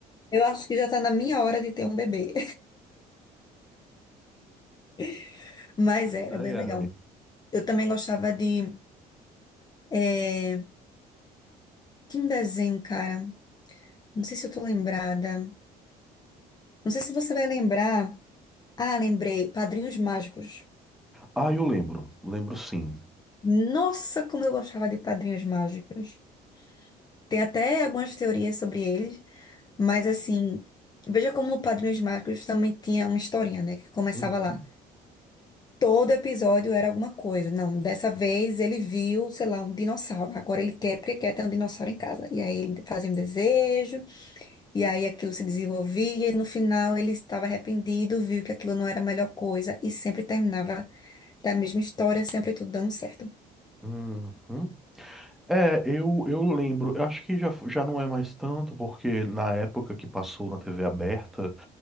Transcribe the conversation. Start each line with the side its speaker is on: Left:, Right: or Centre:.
Left: Eu acho que já está na minha hora de ter um bebê. <laughs> Mas era
Centre: Ai,
Left: bem legal.
Centre: ai.
Left: Eu também gostava de. É, tem um desenho, cara. Não sei se eu tô lembrada. Não sei se você vai lembrar. Ah, lembrei. Padrinhos Mágicos.
Centre: Ah, eu lembro, lembro sim.
Left: Nossa, como eu gostava de Padrinhos Mágicos. Tem até algumas teorias sobre eles, mas assim, veja como o Padrinhos Mágicos também tinha uma historinha, né? Que começava
Centre: Uhum.
Left: lá. Todo episódio era alguma coisa. Não, dessa vez ele viu, sei lá, um dinossauro. Agora ele quer porque quer ter um dinossauro em casa. E aí ele fazia um desejo. E aí aquilo se desenvolvia e no final ele estava arrependido, viu que aquilo não era a melhor coisa e sempre terminava da mesma história, sempre tudo dando certo.
Centre: Uhum. É, eu, eu lembro, eu acho que já, f- já não é mais tanto, porque na época que passou na TV aberta.